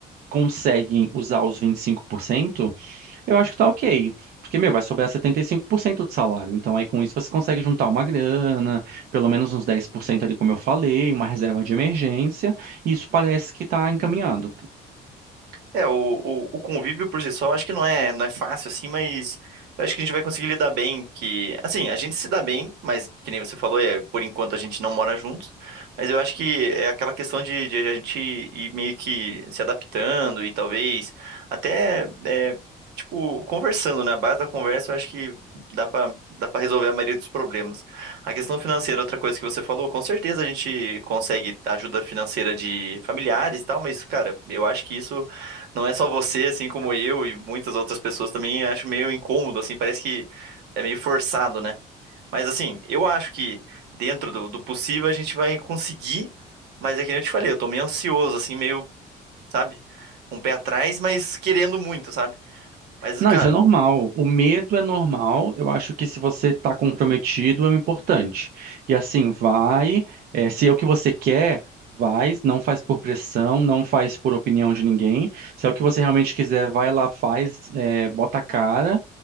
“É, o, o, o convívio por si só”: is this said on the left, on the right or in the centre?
Right